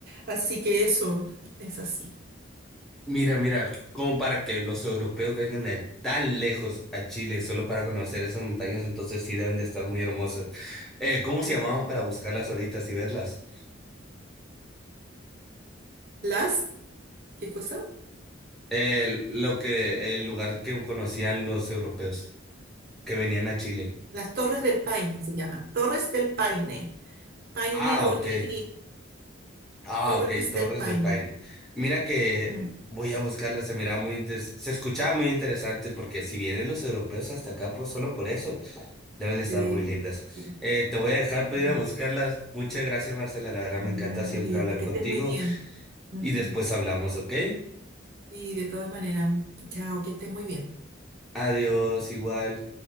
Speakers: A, on the right (about 50°); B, in the centre.
A: Así que eso es así.
B: Mira, mira, como para que los europeos vengan de tan lejos a Chile solo para conocer esas montañas, entonces sí deben de estar muy hermosas. Eh, ¿cómo se llamaban para buscarlas ahorita y verlas?
A: Las, ¿qué cosa?
B: El, lo que, el lugar que conocían los europeos que venían a Chile.
A: Las Torres del Paine se llama. Torres del Paine. Paine
B: Ah,
A: con
B: ok.
A: Y.
B: Ah,
A: Torres
B: ok, Torres
A: del Paine.
B: de Paine. Mira que
A: Mm,
B: voy a buscarla, se miraba muy interes- se escuchaba muy interesante porque si vienen los europeos hasta acá por solo por eso, deben de estar
A: sí,
B: muy lindas.
A: sí,
B: Eh, te voy a dejar para
A: sí.
B: ir a buscarlas. Muchas gracias, Marcela, la verdad
A: Ya,
B: me encanta siempre
A: listo,
B: hablar
A: que
B: contigo
A: estés muy bien. Ujú.
B: y después hablamos, ¿ok?
A: Y de todas maneras, chao, que estés muy bien.
B: Adiós, igual.